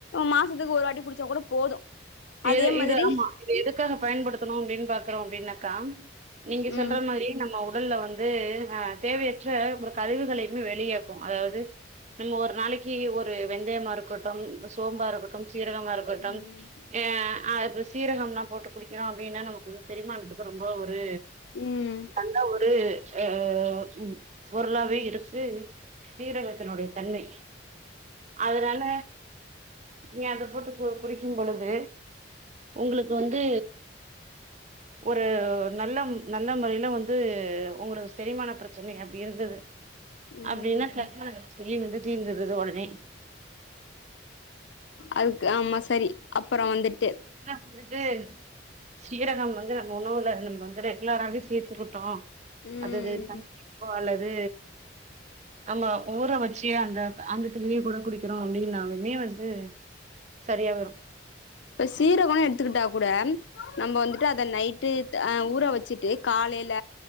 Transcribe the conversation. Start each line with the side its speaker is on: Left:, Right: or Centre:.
Left: மாசத்துக்கு ஒரு வாட்டி குடிச்சா கூட போது அதே
Right: எது
Left: மாதிரி
Right: இது ஆமா இது எதுக்காக பயன்படுத்தணு அப்டின் பாக்குறோ அப்டின்னாக்கா நீங்க சொல்ற
Left: ம்
Right: மாரி நம்மோ முதல்ல வந்து அ தேவையற்ற ஒரு கழிவுகளையுமே வெளியேக்கு அதாவது நம்ம ஒரு நாளைக்கி ஒரு வெந்தயமா இருக்கட்டும் சோம்பா இருக்கட்டும் சீரகமா இருக்கட்டும்
Left: ம்
Right: அ அ இப்ப சீரகம்லா போட்டு குடிக்கிறோ அப்டீனா நமக்கு செரிமானத்துக்கு ரொம்போ ஒ ரு
Left: ம்
Right: நல்லா ஒரு அ உ பொருளாவே இருக்கு சீரகத்தனுடய தன்மை அதனால நீ அத போட்டு கு குடிக்கும்பொழு து உங்களுக்கு வந்து ஒரு நல்ல ம் நல்ல முறையில வந்து உங்களுக்கு செரிமான ப்ரெச்சனை அப்டி இருந்தது
Left: ம்
Right: அப்டின்னா <unintelligible> சொல்லி வந்து தீர்ந்திறது ஒடனே
Left: அதுக்கு ஆமா சரி அப்பறோ வந்துட்டு
Right: <inaudible> வந்துட்டு சீரகம் வந்து நம்ம உணவுல நம்ம வந்துட்டு ரெகுலராகவே சேர்த்துக்கிட்டோ
Left: ம்
Right: அதது தங் <unintelligible> லது ஆமா உற வச்சி அந்த அந்த தண்ணிய கூட குடிக்கிறோ அப்டி நாலுமே வந்து சரியா வரு
Left: இப்ப சீரகோன் எடுத்துக்கிட்டா கூட ம் நம்ம வந்துட்டு அத நைட்டு அ ஊற வச்சுட்டு காலையில